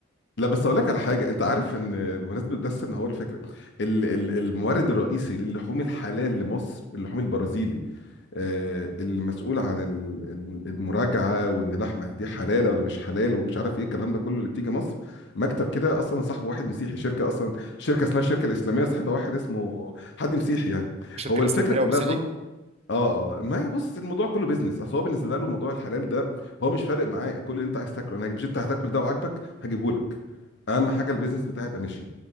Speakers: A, on the left (about 60°); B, on the right (about 30°).
A: لا بس اقول لك على حاجه انت عارف ان بمناسبه بس ان هو الفكره ال- ال- المورد الرئيسي للحوم الحلال لمصر اللحوم البرازيلي آه، المسؤول عن ال- ال- المراجعه وان اللحمه دي حلال ولا مش حلال ومش عارف ايه الكلام ده كله اللي بتيجي مصر مكتب كده اصلا صاحب واحد مسيحي شركه اصلا شركه اسمها الشركه الاسلاميه صاحبها واحد اسمه حد مسيحي يعني
B: الشركه
A: هو
B: الاسلاميه
A: الفكره كلها
B: والمسيحي
A: بص اه اه ما هي بص الموضوع كله بيزنس اصل هو بالنسبه له موضوع الحلال ده هو مش فارق معاه كل اللي انت عايز تاكله انا هجيب- مش انت هتاكل ده وعاجبك هجيبه لك اهم حاجه البيزنس بتاعي يبقى ماشي